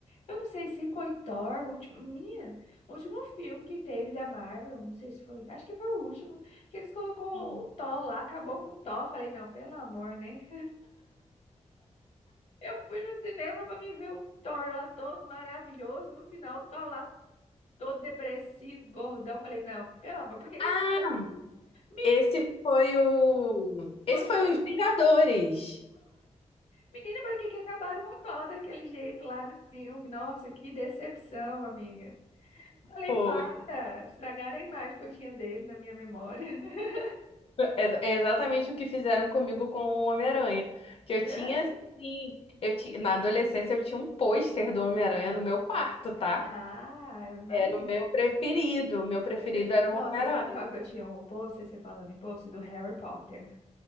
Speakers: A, on the left; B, on the left.
A: Eu não sei se foi Thor, o último, minha, o último filme que teve da Marvel, não sei se foi, acho que foi o último, que eles colocou
B: Hum.
A: o Thor lá, acabou com o Thor. Falei, não, pelo amor, né? Eu fui no cinema pra me ver o Thor lá todo maravilhoso. No final, o Thor lá todo depressivo, gordão. Falei, não, pelo amor, por que que
B: Ah,
A: eles fizeram isso? Me
B: esse foi o,
A: gostei.
B: esse foi os Vingadores.
A: Menina, pra que que acabaram com o Thor daquele jeito lá no filme? Nossa, que decepção, amiga. Falei,
B: foi
A: para, estragaram a imagem que eu tinha dele na minha memória. <laughs>
B: É é exatamente o que fizeram comigo com o Homem-Aranha. Que eu
A: Ai.
B: tinha, sim, eu ti- na adolescência eu tinha um pôster do Homem-Aranha no meu quarto, tá?
A: Ah, eu imagino.
B: Era o meu preferido. O meu preferido
A: Cê-
B: era
A: Não,
B: o Homem-Aranha.
A: você sabe qual que eu tinha? O pôster, você falando em pôster, do Harry Potter.